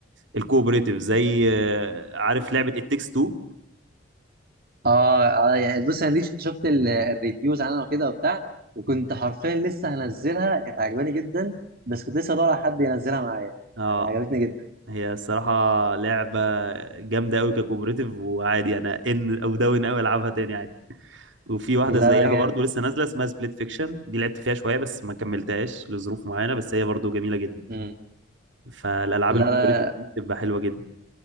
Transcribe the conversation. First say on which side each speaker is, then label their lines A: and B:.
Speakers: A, on the right; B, on the right.
A: الكوبريتيف زي آه، عارف لعبة It Takes Two
B: اه اه يعني بص انا دي ش- شفت ال- الريفيوز عنها وكده وبتاع وكنت حرفيا لسه هنزلها كانت عجباني جدا بس كنت لسه بدور على حد ينزلها معايا
A: اه
B: يعني عجبتني جدا
A: هي الصراحة لعبة جامدة أوي ككوبريتيف وعادي أنا إن أو داون أوي ألعبها تاني عادي وفي واحدة
B: لا
A: زيها
B: لا جامد
A: برضو لسه نازلة اسمها سبليت فيكشن دي لعبت فيها شوية بس ما كملتهاش لظروف معينة بس هي برضو جميلة جدا
B: امم
A: فالألعاب
B: لا
A: الكوبريتيف
B: لا
A: دي بتبقى حلوة جدا